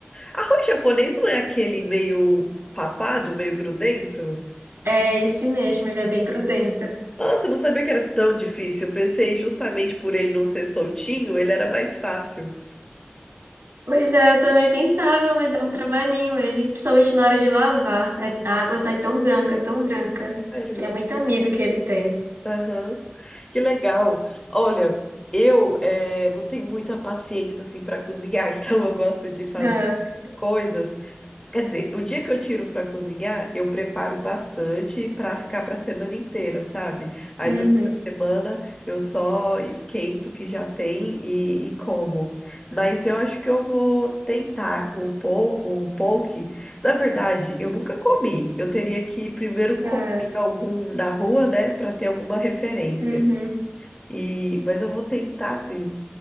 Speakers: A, on the left; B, on the right.
A: arroz japonês não é aquele meio papado, meio grudento?
B: É esse mesmo, ele é bem grudento.
A: Nossa, eu não sabia que era tão difícil. Eu pensei justamente por ele não ser soltinho, ele era mais fácil.
B: Pois é, eu também pensava, mas dá um trabalhinho ele, principalmente na hora de lavar. É- A água sai tão branca, tão branca,
A: Sério?
B: que é muito amido que ele tem.
A: Aham. Que legal. Olha, eu eh, não tenho muita paciência assim para cozinhar, <laughs> então eu gosto de fazer
B: <laughs>
A: coisas. Quer dizer, o dia que eu tiro pra cozinhar, eu preparo bastante pra ficar pra semana inteira, sabe? Aí
B: Ah, uhum,
A: durante a semana eu só esquento o que já tem e, e como. Mas eu acho que eu vou tentar o, po o poke. Na verdade, eu nunca comi. Eu teria que primeiro comer
B: ah,
A: algum na rua, né, Pra ter alguma referência.
B: uhum.
A: E, mas eu vou tentar sim.